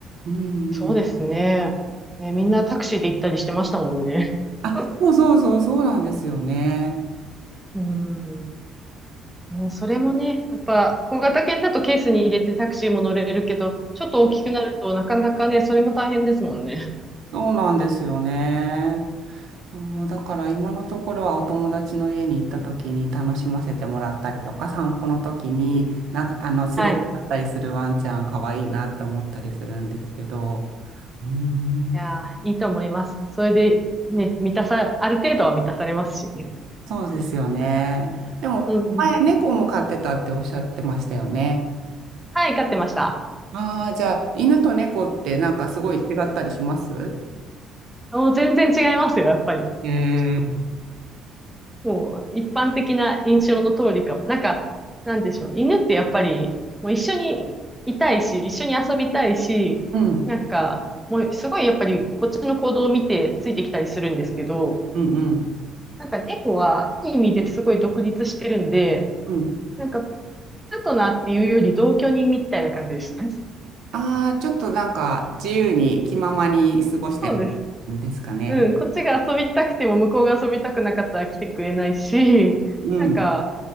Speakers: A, on the right (about 65°); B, in the centre.
A: うん
B: そうですね。
A: うん。
B: ね、みんなタクシーで行ったりしてましたもんね。
A: あ、
B: <laughs>
A: そうそうそう、そうなんですよね。
B: うん。もうそれもね、やっぱ小型犬だとケースに入れてタクシーも乗れるけど、ちょっと大きくなるとなかなかね、それも大変ですもんね。
A: そうなんですよね。そう、だから今のところはお友達の家に行った時に楽しませてもらったりとか、散歩の時になんかあのすれ違ったりするワンちゃん可愛いなって思ったりするんですけど、
B: はい。
A: うん、
B: いやー、いいと思います。それでね、満たさ、ある程度は満たされますしね。
A: そうですよね。でも前猫も飼ってたっておっしゃってましたよね。
B: うんうん。はい、飼ってました。
A: ああ、じゃあ犬と猫ってなんかすごい違ったりします
B: もう全然違いますよ、やっぱり。
A: えー
B: もう一般的な印象の通りかも。なんか、なんでしょう。犬ってやっぱり、もう一緒にいたいし、一緒に遊びたいし、
A: うん、
B: なんか、もうすごいやっぱりこっちの行動を見てついてきたりするんですけど、
A: うん、うん、
B: なんか猫はいい意味ですごい独立してるんで、
A: うん。
B: なんかパートナーっていうより同居人みたいな感じでした。<laughs>
A: ああ、ちょっとなんか自由に気ままに過ごしてるんですかね。
B: そうです。うん、こっちが遊びたくても向こうが遊びたくなかったら来てくれないし、<laughs>
A: うん。
B: なんか、